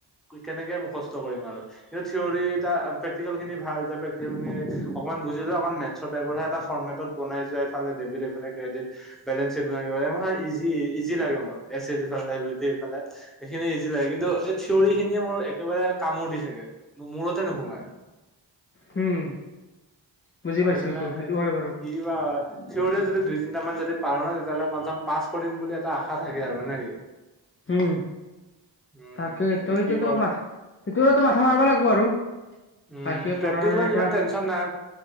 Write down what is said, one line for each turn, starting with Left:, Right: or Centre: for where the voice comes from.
Centre: কেনেকে মুখস্থ কৰিম আৰু কিন্তু থিয়ৰ এটা প্ৰেক্টিকেল খিনি ভাল যে প্ৰেক্টিকেল খিনি অকমান বুজিলে অক মেথছৰ টাইপৰহে এটা ফৰ্মেটত বনাই যোৱাফালে ডেবিট এইফালে ক্ৰেডিট বেলেঞ্চ চিট বনাই কিবা এটা ইজি লাগে মোৰ এলেবিলিটফালে খিনি ইজি লাগে কিন্তু এই থিয়ৰৰি খিনিয়ে মোৰ একেবাৰে কামোৰ দি থাকে, মূৰতে নুসোমায়।
Left: হুম বুজি
Centre: অৱশ্যে
Left: পাইছো এইটো
Centre: ন
Left: সেইটো
Centre: এতিয়া
Left: হয় বাৰু
Centre: কি কিবা থিয়ৰিও যদি দুই তিনিটা মান যদি পাৰো নহয় তেতিয়াহ'লে কমচ পাছ কৰিম বুলি এটা আশা থাকে আৰু নেকি
Left: উম
Centre: উম,
Left: তাকে তই এতিয়া
Centre: কি কৰা
Left: মাস্কা, সেইটোৱে টো মাস্কা মাথা মাৰিব লাগিব আৰু
Centre: উ
Left: ভালকে পঢ়াৰ
Centre: প্ৰেক্টিকেলত
Left: এতিয়া
Centre: ইমান টেনচন নাই